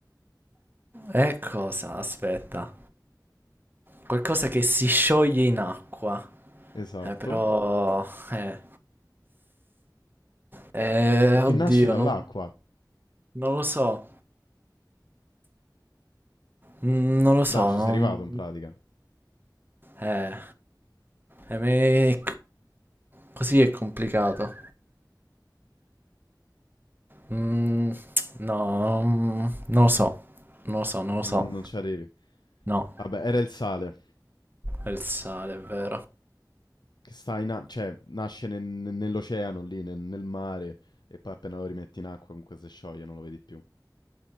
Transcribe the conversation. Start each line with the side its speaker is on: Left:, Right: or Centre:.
Right: E cosa? Aspetta. Qualcosa che si scioglie in acqua.
Left: esatto.
Right: Eh, però... Eh. Eh,
Left: E che
Right: oddio,
Left: nasce dall'acqua.
Right: non, non lo so. Mm, Non lo so,
Left: Dai, ci
Right: non...
Left: sei arrivato in pratica.
Right: Eh. Eh, me- Così è complicato. Mm, no, non non lo so. Non lo so, non lo
Left: Non,
Right: so.
Left: non ci arrivi.
Right: No,
Left: Vabbè, era il sale.
Right: è il sale, è vero.
Left: Che sta in acqua, cioè nasce nel- nell'oceano lì, nel, nel mare, e poi appena lo rimetti in acqua comunque si scioglie, non lo vedi più.